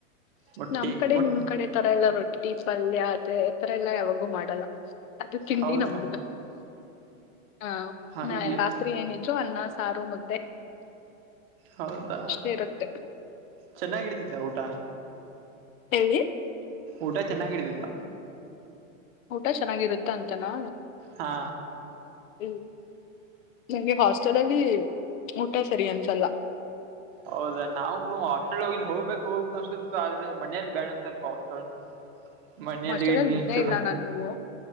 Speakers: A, on the right; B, on the left.
A: ಮೊಟ್ಟಿ
B: ನಮ್ ಕಡೆ
A: ಮೊಟ್
B: ನಿಮ್ ಕಡೆ ತರ ಎಲ್ಲ ರೊಟ್ಟಿ ಟ್ಟಿ ಪಲ್ಯ ಅದ ಈಥರ ಎಲ್ಲಾ ಯಾವಾಗೂ ಮಾಡಲ್ಲ ಅದು ತಿಂಡಿ
A: ಹೌದಾ
B: ನಮ್ದು. ಹಾ
A: ಹಂಗೆ
B: ನಾ ರಾತ್ರಿ ಏನ ನಿಜು ಅನ್ನ ಸಾರು ಮುದ್ದೆ.
A: ಹೌದಾ
B: ಇಷ್ಟೇ ಇರುತ್ತೆ
A: ಚೆನ್ನಾಗಿಡತಿದ್ದೆ ಊಟ.
B: ಎಲ್ಲಿ.
A: ಊಟ ಚೆನ್ನಾಗಿಡಿದಿದ್ದ.
B: ಊಟ ಚೆನ್ನಾಗಿರುತ್ತ ಅಂತನಾ.
A: ಹಾ
B: ಹ್ಮ ನಿಗೆ ಹೊ. ಚಡಲ್ಲಿ ಊಟ ಸರಿ ಅನ್ಸಲ್ಲ.
A: ಹೌದಾ ನಾ ಹಾಸ್ಟೆಲ್ ಹೋಗ ಹೋಗ್ಬೇಕು ಹೋಗ್ಬೇಕು ಅನ್ಸ ಆದ್ರೆ ಮನೇಲಿ ಬ್ಯಾಡ ಅಂತ ಇರ್ ಹಾಸ್ಟೆಲ್. ಮನೆಯಲ್ಲಿ
B: ಹಾಸ್ಟೆಲ್
A: ಇಡ್
B: ಅಲ್ಲಿ
A: ನೀ
B: ಇದ್ದೇ
A: ಚಲೋ
B: ಇಲ್ಲ ನಾನು ನೀವು